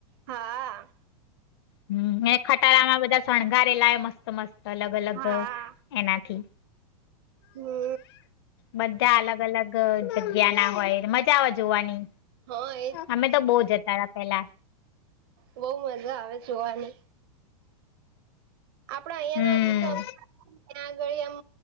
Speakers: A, on the right; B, on the left.
A: હા
B: હું મે ખટારામાં બધા શણગારે લા મસ્ત મસ્ત અલગ અલગ
A: હા
B: એનાથી
A: હમ
B: બધા અલગ અલગ જગ્યા ના હોય મજા આવે જોવાની
A: હા એજ
B: અમે તો બહુ જતા હતા પેલા
A: બઉ મજા આવે જોવાની આપડ અહિયાં
B: હમ
A: તો હજી સ ત્યાં આગળ એમ